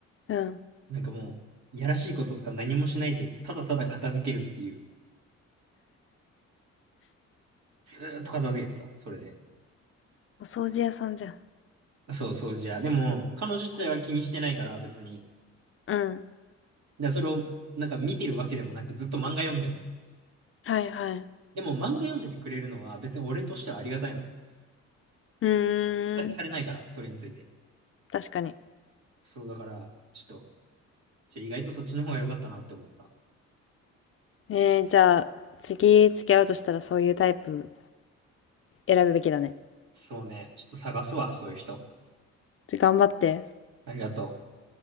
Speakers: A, on the left (about 45°); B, on the right (about 70°).
A: うん。
B: なんかもう、いやらしいこととか何もしないで、ただただ片付けるっていう。ずーっと片付けてた、それで。
A: お掃除屋さんじゃん。
B: そう、掃除や。でも、彼女自体は気にしてないから、別に。
A: うん。
B: で、それを、なんか見てるわけでもなく、ずっと漫画読んでんの。
A: はいはい。
B: でも、漫画読んでてくれるのは、別に俺としてはありがたいのね。
A: うーん。
B: 出しされないから、それについて。
A: 確かに。
B: そう、だから、ちょっと、ちょ意外とそっちの方が良かったなって思った。
A: えー、じゃあ、次付き合うとしたらそういうタイプ選ぶべきだね。
B: そうね。ちょっと探すわ、そういう人。
A: ちょ頑張って。
B: ありがとう。